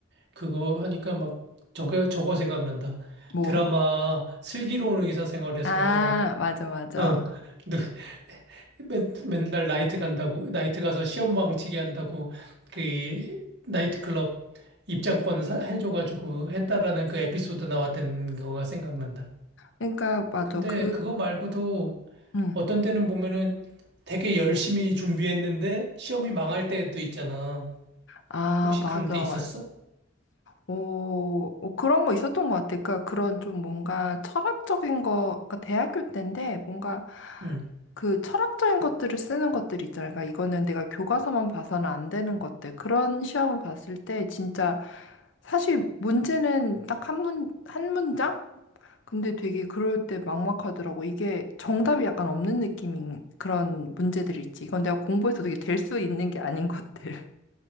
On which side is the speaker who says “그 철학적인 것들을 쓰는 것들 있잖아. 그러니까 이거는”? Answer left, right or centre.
Left